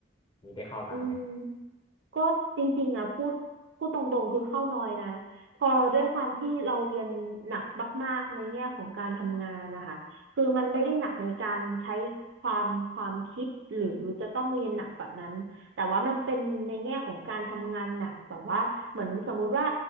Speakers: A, on the left (about 25°); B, on the right (about 85°).
A: มีได้เข้าบ้างไหมครับ
B: อืมก็จริงๆอ่ะพูดพูดตรงๆคือเข้าน้อยนะพอด้วยความที่เราเรียนหนักมากๆในแง่ของการทำงานนะคะคือมันไม่ได้หนักในการใช้ความความคิดหรือจะต้องเรียนหนักแบบนั้นแต่ว่ามันเป็นในแง่ของการทำงานหนักแบบว่าเหมือนสมมุติว่า